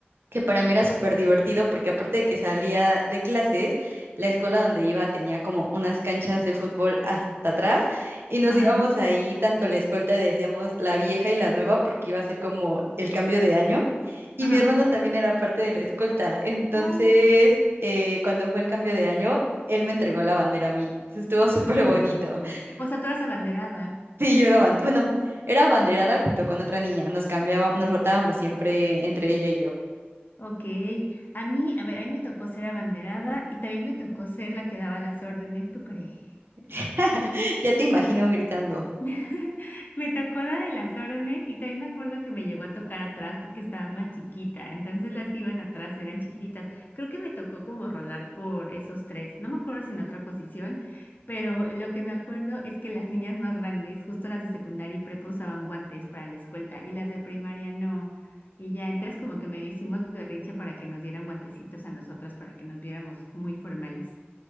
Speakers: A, on the right; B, on the left.
A: que para mí era súper divertido porque aparte de que salía de clases, la escuela donde iba tenía como unas canchas de fútbol hasta atrás y nos
B: Ajá,
A: íbamos ahí, tanto la escolta decíamos la vieja y la nueva porque iba a ser como el cambio de año y
B: ajá.
A: mi hermano también era parte de la escolta, entonces
B: Ay,
A: eh, cuando fue el cambio de año, él me entregó la bandera a mí, Eso estuvo
B: ah.
A: súper bonito. <laughs>
B: O sea, tú eras abanderada.
A: Sí, yo era ban- bueno, era abanderada junto con otra niña, nos cambiábamos, nos rotábamos siempre entre ella y yo.
B: Ok. A mí, a ver, a mí me tocó ser abanderada y también me tocó ser la que daba las órdenes, ¿tú crees?
A: <laughs> Ya te imagino gritando.
B: <laughs> Me tocó la de las órdenes y también me acuerdo que me llegó a tocar atrás porque estaba más chiquita, entonces las que iban atrás eran chiquititas. Creo que me tocó como rolar por esos tres, no me acuerdo si en otra posición, pero lo que me acuerdo es que las niñas más grandes, justo las de secundaria y prepa usaban guantes para la escolta y las de primaria no. Y ya, entonces como que me hicimos berrinche para que nos dieran guantecitos a nosotras para que nos viéramos muy formales.